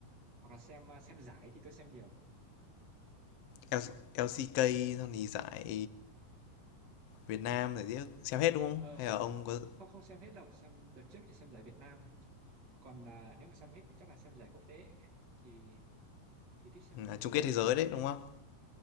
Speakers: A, on the right; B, on the left.
A: hoặc là xem uh, xem giải thì tôi xem nhiều
B: L- LCK xong thì giải Việt Nam giải tiếc xem hết đúng không?
A: ờ
B: Hay là ông có
A: không không xem hết đâu xem đợt trước thì xem giải Việt Nam còn à, nếu mà xem hết thì chắc là xem giải quốc tế thì thì thích xem giải
B: à,
A: quốc
B: chung kết
A: tế
B: thế giới đấy đúng không?